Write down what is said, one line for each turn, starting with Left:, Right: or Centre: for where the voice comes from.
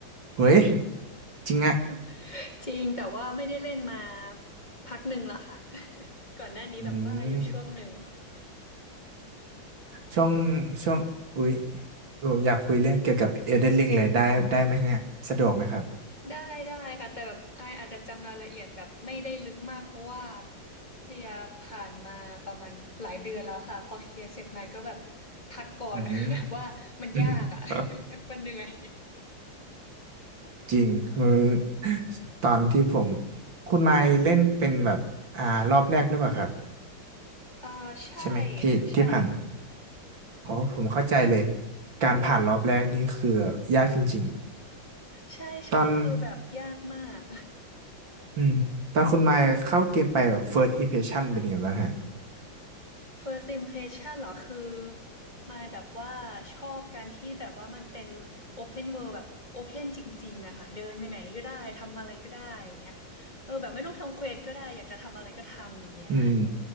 Right: เฮ้ยจริงอะ
Left: <laughs> จริงแต่ว่าไม่ได้เล่นมาพักหนึ่งแล้วค่ะก่อนหน้านี้แบบบ้าอยู่ช่วงหนึ่ง
Right: อืม ช่วงช่วงอุ๊ยผมอยากคุยเรื่องเกี่ยวกับ Elden Ring เลยได้ได้ไหมเนี่ยสะดวกไหมครับ
Left: ได้ได้ค่ะแต่แบบไอายอาจจะจำรายละเอียดแบบไม่ได้ลึกมากเพราะว่าเคลียร์ผ่านมาประมาณหลายเดือนแล้วค่ะพอเคลียร์เสร็จมาก็แบบพักก่อน
Right: อืม
Left: <laughs> คือแบบว่ามันยากอ่ะ
Right: <laughs>
Left: <laughs> มันเหนื่อย
Right: จริงมันตอนที่ผมคุณไมค์เล่นเป็นแบบอ่ารอบแรกหรือเปล่าครับ
Left: เออใช่
Right: ใช่ไหมที่ที่ผ่านมา
Left: ใช่
Right: อ๋อผมเข้าใจเลยการผ่านรอบแรกนี่คือยากจริง
Left: ใช่ใช่คือแบบยากมาก
Right: ๆตอนอืมตอนคุณไมค์เข้าเกมไปแบบ first impression เป็นยังไงบ้างฮะ
Left: First impression เหรอคือมายแบบว่าชอบการที่แบบว่ามันเป็น open world แบบ open จริงๆอะค่ะเดินไปไหนก็ได้ทำอะไรก็ได้อย่างเงี้ยเออแบบไม่ต้องทำเควสก็ได้อยากจะทำอะไรก็ทำอย่างเงี้ย
Right: อืม